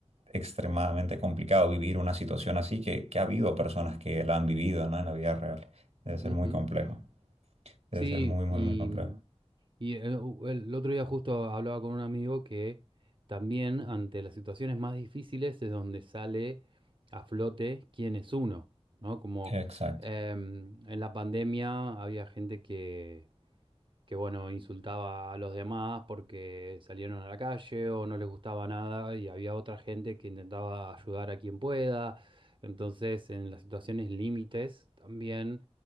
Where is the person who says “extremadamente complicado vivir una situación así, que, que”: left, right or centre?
Right